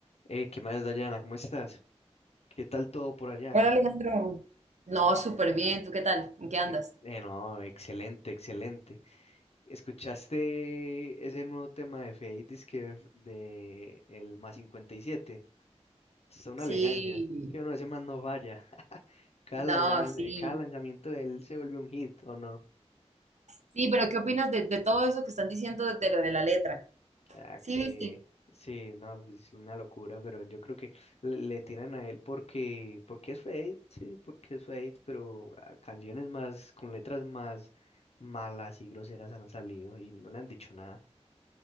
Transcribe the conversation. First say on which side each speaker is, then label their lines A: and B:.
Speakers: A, on the left; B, on the right.
A: Eh, ¿qué más, Dayana? ¿Cómo estás? ¿Qué tal todo por allá?
B: Hola Alejandro, No, súper bien. ¿Tú qué tal? ¿En qué andas?
A: Ec- Eh, no, excelente, excelente. ¿Escuchaste ese nuevo tema de Feid, que de el más cincuenta y siete. Es una elegancia.
B: Sí,
A: Yo no, ese man no falla. Cada
B: no,
A: lanzamiento,
B: sí.
A: cada lanzamiento de él se vuelve un hit, ¿o no?
B: Sí, pero ¿qué opinas de, de todo eso que están diciendo de, de lo de la letra?
A: Ah,
B: Sí,
A: que
B: viste.
A: sí, no, pues, es una locura, pero yo creo que le, le tiran a él porque, porque es Fate, sí, porque es Fate, pero ah, canciones más, con letras más malas y groseras han salido y no le han dicho nada.